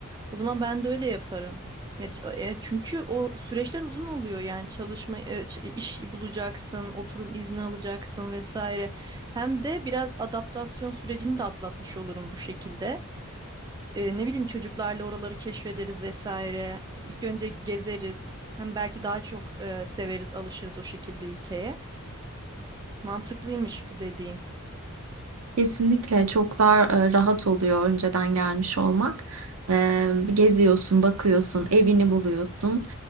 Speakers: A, on the right (about 20°); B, on the right (about 80°).
A: O zaman ben de öyle yaparım. Ya, ç- e, çünkü o süreçler uzun oluyor yani çalışma e, ç- iş bulacaksın, oturum izni alacaksın vesaire. Hem de biraz adaptasyon sürecini de atlatmış olurum bu şekilde e, ne bileyim çocuklarla oraları keşfederiz vesaire. İlk önce gezeriz. Hem belki daha çok e, severiz, alışırız o şekilde ülkeye. Mantıklıymış bu dediğin.
B: Kesinlikle çok daha e, rahat oluyor önceden gelmiş olmak. E, geziyorsun, bakıyorsun, evini buluyorsun.